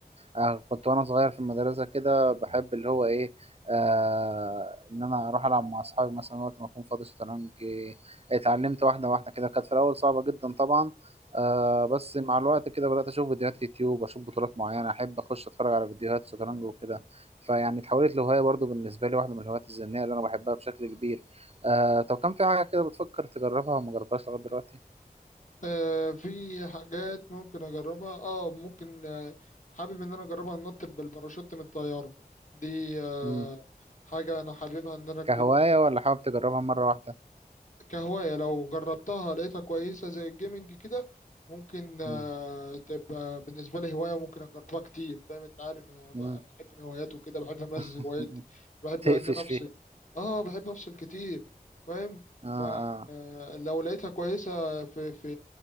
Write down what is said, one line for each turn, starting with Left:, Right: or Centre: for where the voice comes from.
Right: أه آه، كنت وانا صغير في المدرسه كده بحب اللي هو ايه أه ان انا اروح العب مع اصحابي مثلا وقت ما اكون فاضي شطرنج آه، اتعلمت واحده واحده كده كانت في الاول صعبه جدا طبعا أه بس مع الوقت كده بدات اشوف فيديوهات يوتيوب اشوف بطولات معينه احب اخش اتفرج على فيديوهات شطرنج وكده فيعني اتحولت لهوايه برضو بالنسبه لي واحده من الهوايات الذهنيه اللي انا بحبها بشكل كبير آه طب كان في حاجة كده بتفكر تجربها وما جربتهاش لغاية دلوقتي
Left: آه في حاجات ممكن اجربها اه ممكن آه حابب ان انا اجربها انط بالباراشوت من الطياره دي آه
Right: مم.
Left: حاجه انا حاببها ان انا اكون
Right: كهواية ولا حابب تجربها مرة واحدة
Left: كهواية لو جربتها لقيتها كويسة زي الجيمنج كده ممكن آه،
Right: مم.
Left: تبقى بالنسبة لي هواية ممكن أجربها كتير فاهم أنت عارف أنا بقى
Right: مم.
Left: بحب الهوايات وكده بحب أمارس
Right: <laughs>
Left: هواياتي بحب
Right: تقفش
Left: إن أنا أفصل
Right: فيها
Left: أه بحب أفصل كتير فاهم
Right: اه
Left: فلو
Right: اه
Left: لقيتها كويسة في في